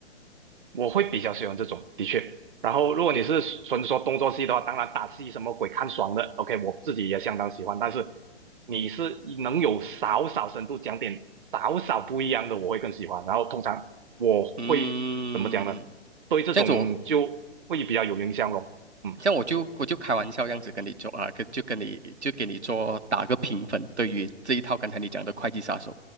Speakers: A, on the right (about 50°); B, on the right (about 80°).
A: 我会比较喜欢这种，的确。然后如果你是纯说动作戏的话，
B: y
A: 当然打戏什么鬼看爽的，OK，我自己也相当喜欢。但是你是能有少少深度讲点少少不一样的，我会更喜欢。然后通常我会怎么讲呢？
B: 嗯，
A: 对这种就会比较有影响咯，
B: 这样子我，
A: 嗯
B: 这样我就我就开玩笑这样子跟你做啊，跟就跟你就给你做打个评分，对于这一套刚才你讲的《会计杀手》，